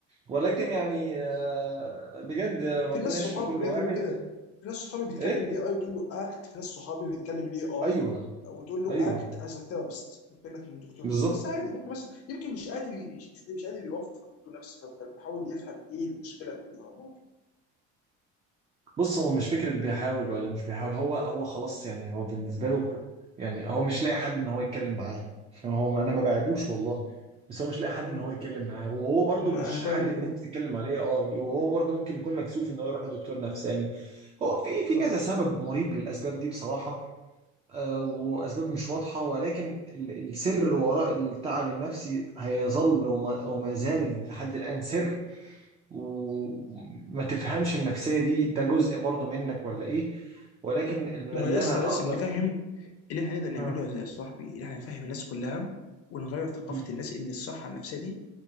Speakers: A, on the right (about 20°); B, on the left (about 45°).
A: ولكن يعني آه، بجد ربنا
B: في ناس صحابي
A: يشفي كل
B: بجد
A: واحد
B: بيقولوا كده في ناس صحابي بتكلم
A: ايه
B: الاي اي وتقول له اكت في ناس صحابي بتكلم الاي اي
A: ايوه
B: وتقول له
A: ايوه
B: اكت از ا ثيرابيست وكانك من دكتور
A: بالظبط
B: نفسي بس عادي ممكن مثلا يمكن مش قادر ي- مش مش قادر يوفر دكتور نفسي فبيحاول يفهم ايه المشكله من الاي اي ممكن
A: بص هو مش فكرة بيحاول ولا مش بيحاول هو هو خلاص يعني هو بالنسبة له يعني هو مش لاقي حد ان هو يتكلم معاه يعني هو انا ما بعيبوش والله بس هو مش لاقي حد
B: امم
A: ان هو يتكلم معاه وهو برضه
B: ما
A: مش
B: انا فاهم
A: حل ان
B: فاهم
A: انت تتكلم عليه اه وهو برضه ممكن يكون مكسوف ان هو يروح لدكتور نفساني هو في في
B: صح
A: كذا سبب مريب للاسباب دي بصراحة آه واسباب مش واضحة ولكن ال- السر وراء التعب النفسي هيظل وما, وما زال لحد الان سر وما تفهمش النفسية دي ده جزء برضو منك ولا ايه ولكن اللي
B: ما هو لسه
A: انا اقدر
B: لازم نفهم اللي احنا نقدر نعمله
A: ها
B: يا صاحبي اللي احنا نفهم الناس كلها ونغير ثقافة
A: مم.
B: الناس ان الصحة النفسية دي